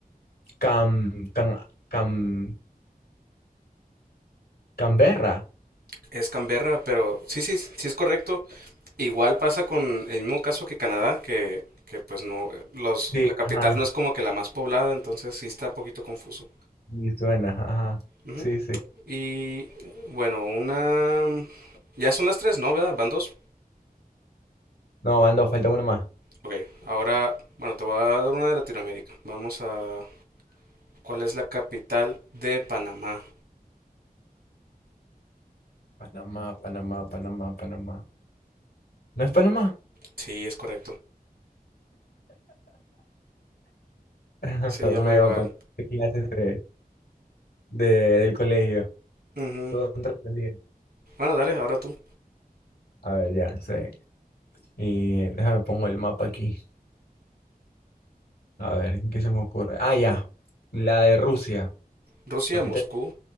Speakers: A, on the left; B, on the right.
A: Cam, Cam, Cam- Canberra.
B: Es Canberra, pero sí, sí, sí es correcto. Igual pasa con el mismo caso que Canadá, que, que pues no, los,
A: Sí,
B: la capital
A: ajá.
B: no es como que la más poblada, entonces sí está un poquito confuso.
A: Sí, suena, ajá.
B: Ujú.
A: Sí, sí.
B: Y bueno, una... Ya son las tres, ¿no? ¿Verdad? ¿Van dos?
A: No, van falta uno más.
B: Ok, ahora, bueno, te voy a dar una de Latinoamérica. Vamos a... ¿Cuál es la capital de Panamá?
A: Panamá, Panamá, Panamá, Panamá. ¿No es Panamá?
B: Sí, es correcto.
A: <laughs>
B: Se
A: Me
B: llama igual.
A: acuerdo de clases de, de- del colegio.
B: Ujú.
A: Todo un trascendido.
B: Bueno, dale, ahora tú.
A: A ver, ya, sí. Y déjame pongo el mapa aquí. A ver, ¿qué se me ocurre? Ah, ya. La de Rusia,
B: Rusia,
A: capital.
B: Moscú,